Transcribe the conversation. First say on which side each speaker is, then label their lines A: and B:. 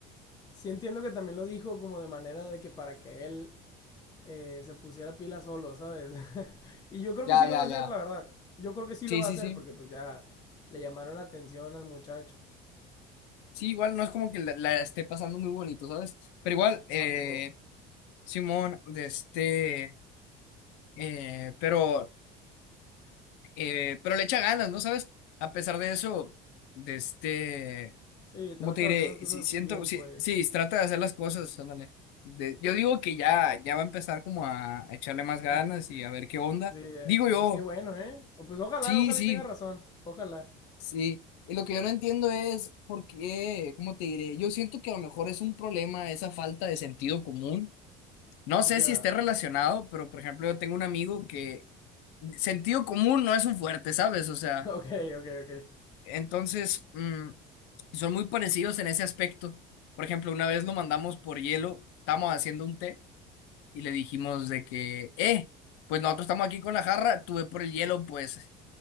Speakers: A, on the left; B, on the left.
A: Sí entiendo que también lo dijo como de manera de que para que él eh, se pusiera pila solo, ¿sabes? <laughs> y yo creo
B: Ya,
A: que sí lo
B: ya,
A: va a hacer,
B: ya.
A: la verdad. Yo creo que sí
B: Sí,
A: lo va
B: sí,
A: a hacer
B: sí.
A: porque pues ya le llamaron la atención al muchacho.
B: Sí, igual no es como que la, la esté pasando muy bonito, ¿sabes? Pero igual, eh,
A: ¿A poco?
B: Simón, de este, eh, pero... Eh, pero le echa ganas, ¿no sabes? A pesar de eso, de este,
A: Sí, trata
B: ¿cómo te diré?
A: de hacer las cosas
B: Sí, siento,
A: bien,
B: sí,
A: pues.
B: sí, trata de hacer las cosas, ándale. De- yo digo que ya, ya va a empezar como a, a echarle más ganas
A: Ah,
B: y a ver qué onda.
A: <laughs> sí, eh,
B: Digo yo,
A: pues qué bueno, ¿eh? O pues ojalá,
B: sí,
A: ojalá
B: sí,
A: y tenga razón. Ojalá.
B: sí. Y lo que yo no entiendo es por qué, ¿cómo te diré? Yo siento que a lo mejor es un problema esa falta de sentido común. No sé
A: Ya.
B: si esté relacionado, pero por ejemplo, yo tengo un amigo que sentido común no es un fuerte, ¿sabes? O sea.
A: <laughs> Ok, ok, ok.
B: Entonces, mm, son muy parecidos en ese aspecto. Por ejemplo, una vez lo mandamos por hielo, estábamos haciendo un té y le dijimos de que, eh, pues nosotros estamos aquí con la jarra, tuve por el hielo, pues,